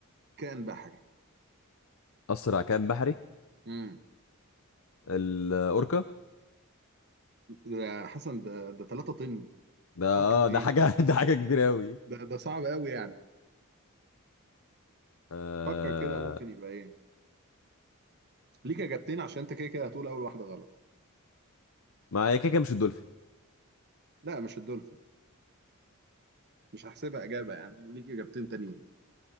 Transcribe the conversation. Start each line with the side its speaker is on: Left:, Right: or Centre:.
Right: كائن بحري؟
Left: اسرع كائن بحري
Right: امم
Left: الاوركا
Right: ده حسن ده ده 3 طن
Left: ده آه،
Right: ممكن
Left: ده
Right: ايه؟
Left: حاجه <laughs> ده حاجه كبيره قوي
Right: ده ده صعب قوي يعني
Left: آه...
Right: فكر كده ممكن يبقى ايه؟ ليك اجابتين عشان انت كده كده هتقول اول واحده غلط
Left: ما هي كده كده مش الدولفين
Right: لا مش الدولفين مش هحسبها اجابه يعني ليك اجابتين تانيين